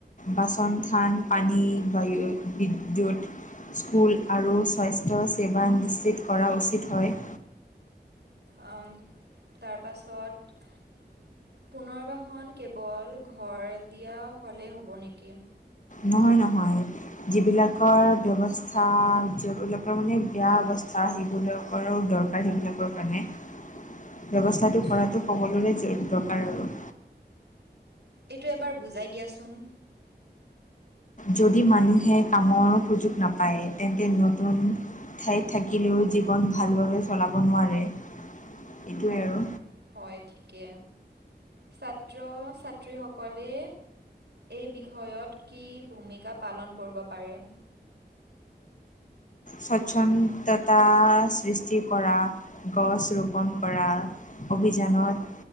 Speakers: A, on the left; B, on the right.
A: বাচন, থান, পানী, বায়ু, বিদ্যুত। স্কুল আৰু স্বাস্থ্যসেৱা নিশ্চিত কৰা উচিত হয়।
B: ওম তাৰপাছত। পুনৰ্বাসন কেৱল ঘৰ দিয়া হ'লেই হ'ব নেকি।
A: নহয় নহয়। যিবিলাকৰ ব্যৱস্থা যিবিলাকৰ মানে বেয়া অৱস্থা সেইবোৰহে। কৰ দৰকাৰ সেইবিলাকৰ কাৰণে। ব্যৱস্থাটো
B: আচ্ছা
A: কৰাটো সকলোৰে দৰকাৰ আৰু।
B: এইটো এবাৰ বুজাই দিয়াচোন।
A: যদি মানুহে কামৰ সুযোগ নাপায়, তেন্তে নতুন। ঠাইত থাকিলেও জীৱন ভালভাৱে চলাব নোৱাৰে। এইটোৱেই
B: অঁ
A: আৰু।
B: হয় ঠিকে ছাত্ৰ- ছাত্ৰী সকলে। এই বিষয়ত, কি ভূমিকা পালন কৰিব পাৰে।
A: স্বচ্ছন্দতা সৃষ্টি কৰা, গছ ৰোপন কৰা। অভিযানত।